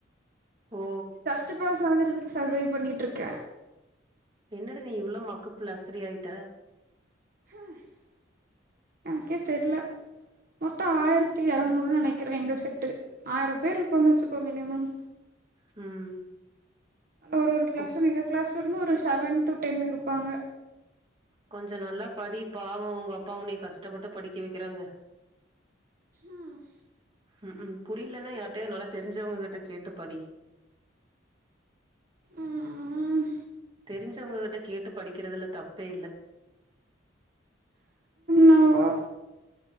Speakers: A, on the right; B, on the right.
A: ஓ
B: ஜஸ்டு பாஸ் ஆகுறதுக்கு சர்வே பண்ணிட்ருக்கே
A: என்னடி நீ இவ்ளோ மக்கு பிளாஸ்த்ரீ ஆயிட்ட
B: அ எனக்கே தெர்ல மொத்தோ ஆயிரத்தி எரநூறுன்னு நெனக்கிறே எங்க செட்டு ஆயரொ பேர் இருப்போம்னு வச்சுக்கோ மினிமம்
A: ம்
B: ஒரு ஒரு கிளாஸ்லந்து
A: கொ
B: எங்க கிளாஸ்லருந்து ஒரு செவென் டு டென் இருப்பாங்க
A: கொஞ்சொ நல்லா படி பாவோ உங்க அப்பா உன்னய கஷ்டப்பட்டு படிக்க வக்கிறாங்க
B: ம்
A: ம் ம் புரியலன்னா யார்ட்டயாது நல்லா தெருஞ்சவங்க கிட்ட கேட்டு படி
B: ம்
A: தெரிஞ்சவங்ககிட்ட கேட்டு படிக்குறதுல தப்பே இல்ல
B: அ ஓ